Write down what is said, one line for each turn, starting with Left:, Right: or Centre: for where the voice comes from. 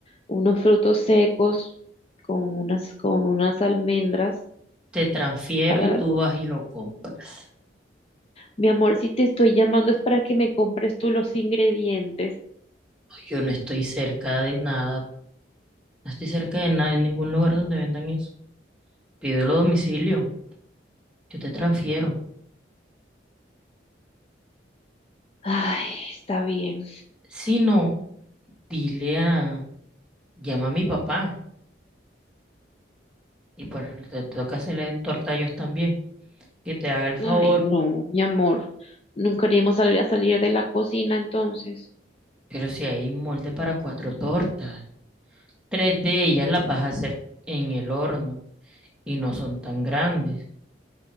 Left: unos frutos secos con unas, con unas almendras
Centre: Te transfiero
Left: para...
Centre: y tú vas y lo compras.
Left: Mi amor, si te estoy llamando es para que me compres tú los ingredientes.
Centre: Yo no estoy cerca de nada, no estoy cerca de nada en ningún lugar donde vendan eso. Pídelo a domicilio, yo te transfiero.
Left: Ay, está bien.
Centre: Si no, dile a, llama a mi papá. Y pues te toca hacerle torta a ellos también, que te haga el favor.
Left: Ay, no, mi amor, nunca queríamos salir a salir de la cocina entonces.
Centre: Pero si hay molde para cuatro tortas, tres de ellas las vas a hacer en el horno y no son tan grandes.